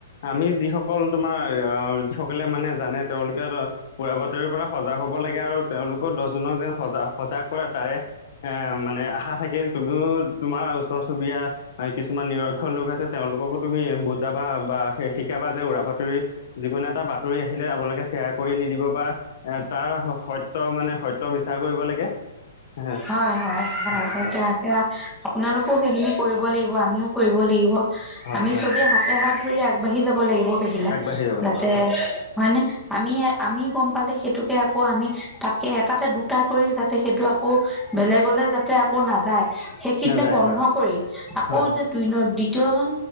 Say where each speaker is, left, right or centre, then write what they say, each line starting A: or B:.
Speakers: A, on the left; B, in the centre.
A: আমি যিসকল তোমাৰ আহসকলে মানে জানে তেওঁলোকে ত উৰা বাতৰিৰ পৰা সজাগ হ'ব লাগে আৰু তেওঁলোকেও দহজনক যেন সজা সজাগ কৰে তাৰে এ মানে আশা থাকিল তুমিও তোমাৰ ওচৰ চুবুৰীয়া কিছুমান নিৰ- ক্ষ লোক আছে। তেওঁলোককো তুমি বুজাবা বা শিকাবা যে উৰা বাতৰি যিকোনো এটা বাতৰি আহিলে আপোনালোকে শ্বেয়াৰ কৰি নিদিব বা এ তাৰ সত্য মানে সত্য বিচাৰ কৰিব লাগে। হয়
B: হয়-হয়-হয়-হয়
A: হয়
B: দিয়া। সেয়া আপোনালোকো সেইখিনি কৰিব লাগিব আমিও কৰিব লাগিব
A: হয়
B: আমি
A: হয়
B: চবে হাতে হাত ধৰি আগবাঢ়ি যাব লাগিব সেইবিলাক
A: আগবাঢ়ি যাব
B: যাতে
A: লাগিব হয়
B: হয়নে আমিয়ে আমি গম পালে সেইটোকে আকৌ আমি তাতকে এটাতে দুটা কৰি যাতে সেইটো আক আকৌ বেলেগ'লে যাতে আকৌ নাযায় সেইখিনিতে
A: নাযায়
B: বন্ধ
A: হয়
B: কৰি আকৌ
A: হয়
B: যে দুই ন ' দ্বিতীয়জন